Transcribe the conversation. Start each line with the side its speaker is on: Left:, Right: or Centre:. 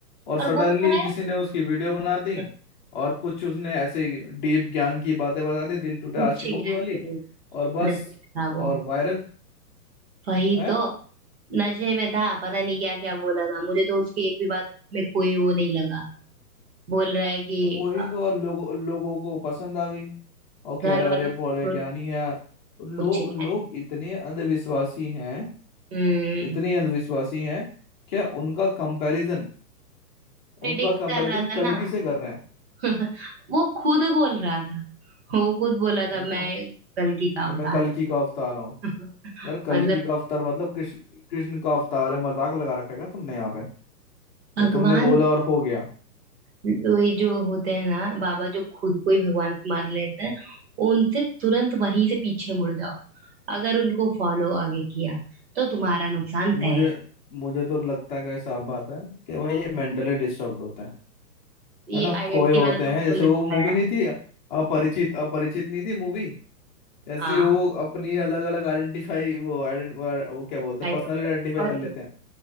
Left: और
Right: और
Left: सडनली
Right: बोल तो रहा
Left: किसी ने उसकी वीडियो बना दी
Right: है
Left: और कुछ उसने ऐसे डीप ज्ञान की बातें बता दी दिल टूटे आशिकों
Right: उच्च ज्ञान
Left: की वाली
Right: के लिए
Left: और बस
Right: नशे में था वो
Left: और वायरल
Right: वही
Left: है
Right: तो नशे में था पता नहीं क्या क्या बोला था मुझे तो उसकी एक भी बात में कोई वो नहीं लगा बोल रहा है कि
Left: वही
Right: अ,
Left: तो और लोगों लोगों को पसंद आ गई और कह
Right: घर
Left: रहे
Right: वालों
Left: अरे
Right: को
Left: बड़े ज्ञानी
Right: छोड़-
Left: है लो,
Right: कुछ यार
Left: लोग इतने अंधविश्वासी हैं
Right: हम्म
Left: इतने अंधविश्वासी हैं कि उनका कंपैरिजन
Right: प्रेडिक्ट
Left: उनका कंपैरिजन
Right: कर रहा था
Left: कल्कि
Right: ना
Left: से कर रहे हैं
Right: <laughs> वो खुद बोल रहा था वो खुद बोला
Left: वही
Right: था
Left: तो
Right: मैं कल की काम
Left: कि मैं
Right: था
Left: कल्कि का अवतार
Right: <laughs>
Left: यार कल्कि
Right: मतलब
Left: का अवतार मतलब कृष्ण कृष्ण का अवतार है मजाक लगा रखा है क्या तुमने यहाँ पे तो
Right: भगवान
Left: तुमने बोला और हो गया
Right: ये जो होते हैं ना बाबा जो खुद को ही भगवान मान लेते हैं उनसे तुरंत वहीं से पीछे मुड़ जाओ अगर उनको फॉलो आगे किया तो तुम्हारा नुकसान
Left: मुझे
Right: तय है
Left: मुझे तो लगता है कि साफ बात है कि भाई ये मेंटली डिस्टर्ब होते हैं
Right: ये
Left: है ना
Right: आईआईटी
Left: खोए होते
Right: वाला तो
Left: हैं
Right: मुझे
Left: जैसे
Right: लगता
Left: वो मूवी
Right: है
Left: नहीं थी अपरिचित अपरिचित नहीं थी मूवी जैसे
Right: हाँ
Left: वो अपनी अलग अलग आइडेंटिफाई वो आइडेंट वो क्या बोलते
Right: आई
Left: हैं पर्सनली आइडेंटिफाई
Right: बस
Left: कर लेते हैं